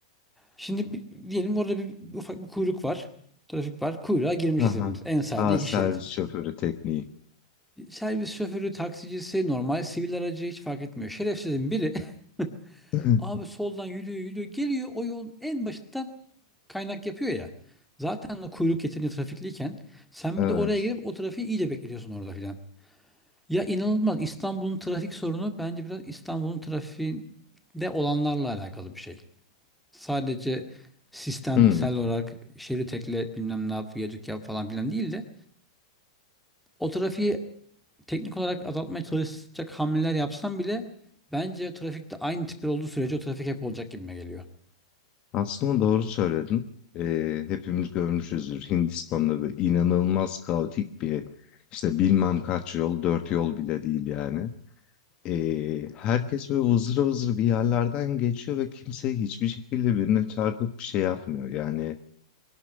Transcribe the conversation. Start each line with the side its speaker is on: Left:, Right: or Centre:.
Centre: Şimdi bir- diyelim orada bir, bir ufak bir kuyruk var. Trafik var. Kuyruğa girmişiz
Left: Aha.
Centre: hepimiz. En sağda
Left: Aa,
Centre: iki
Left: servis
Centre: şerit.
Left: şoförü tekniği.
Centre: Servis şoförü, taksicisi, normal sivil aracı hiç fark etmiyor. Şerefsizin biri <laughs>
Left: <laughs>
Centre: Abi soldan yürüyor yürüyor geliyor o yolun en başından kaynak yapıyor ya. Zaten o kuyruk yeterince trafikliyken sen
Left: Evet.
Centre: bir de oraya gelip o trafiği iyice bekletiyorsun orada filan. Ya inanılmaz İstanbul'un trafik sorunu bence biraz İstanbul'un trafiğinde olanlarla alakalı bir şey. Sadece sistemsel
Left: Hmm.
Centre: olarak şerit ekle bilmem ne yap viyadük yap falan filan değil de o trafiği teknik olarak azaltmaya çalışacak hamleler yapsam bile bence trafikte aynı tipler olduğu sürece o trafik hep olacak gibime geliyor.
Left: Aslında doğru söyledin. Ee, hepimiz görmüşüzdür. Hindistan'da böyle inanılmaz kaotik bir işte bilmem kaç yol, dört yol bile değil yani. Ee, herkes böyle vızır vızır bir yerlerden geçiyor ve kimse hiçbir şekilde birine çarpıp bir şey yapmıyor. Yani